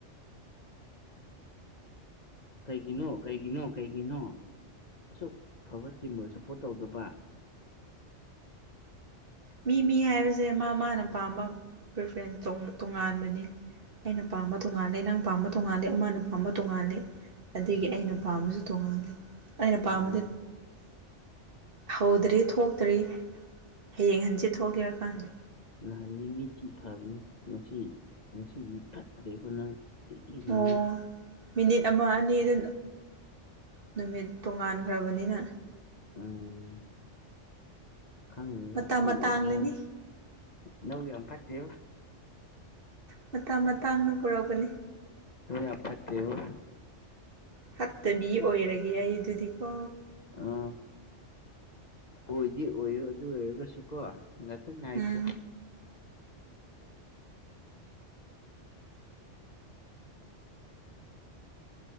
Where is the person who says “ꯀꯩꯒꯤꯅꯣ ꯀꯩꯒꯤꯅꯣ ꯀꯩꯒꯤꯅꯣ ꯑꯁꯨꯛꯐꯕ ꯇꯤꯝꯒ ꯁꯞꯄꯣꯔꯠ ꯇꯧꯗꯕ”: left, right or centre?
Left